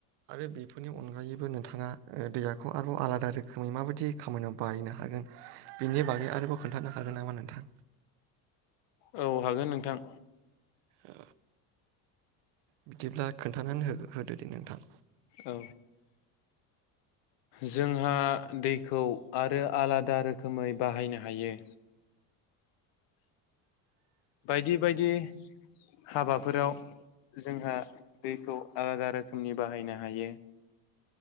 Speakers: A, on the right (about 65°); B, on the left (about 65°).
A: आरो बेफोरनि अनगायैबो नोंथाङा ओ दैयाखौ आरोबाव आलादा रोखोमै माबायदि खामानियाव बायनो हागोन बिनि बागै आरोबाव खोन्थानो हागोन नामा नोंथां?
B: औ हागोन नोंथां।
A: ओ बिदिब्ला खोन्थानानै होगो होदो दे नोंथां
B: औ जोंहा दैखौ आरो आलादा रोखोमै बाहायनो हायो बायदि बायदि हाबाफोराव जोंहा दैखौ आलादा रोखोमनि बाहायनो हायो